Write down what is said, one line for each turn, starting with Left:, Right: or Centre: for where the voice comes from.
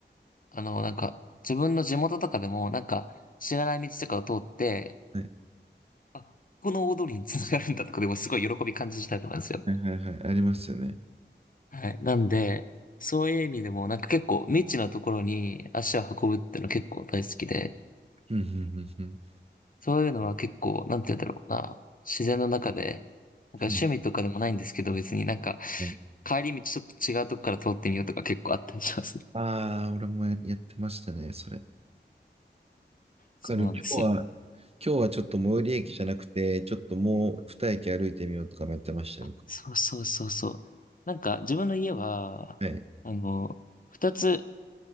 Left: あの、なんか、自分の地元とかでも、なんか、知らない道とかを通って、
Right: はい。
Left: あ、この大通りにつながるんだとかでもすごい喜び感じるタイプなんですよ。
Right: はいはいはい。ありますよね。
Left: はい。なんで、そういう意味でもなんか結構未知なところに足を運ぶっていうの結構大好きで、
Right: うん、うん、うん、
Left: そういうのは結構、なんて言うんだろうな、自然の中で、なんか趣味とかでもないんですけど別になんか
Right: うん。うん
Left: 帰り道ちょっと違うとこから通ってみようとか結構あったりしますね。
Right: ああ、俺もや、やってましたね、それ。わ
Left: そうなんですよ。
Right: かる。今日は、今日はちょっと最寄り駅じゃなくて、ちょっともう二駅歩いてみようとかもやってましたよ。
Left: あ、そうそうそうそう。なんか自分の家は、
Right: はい。
Left: あの、二つ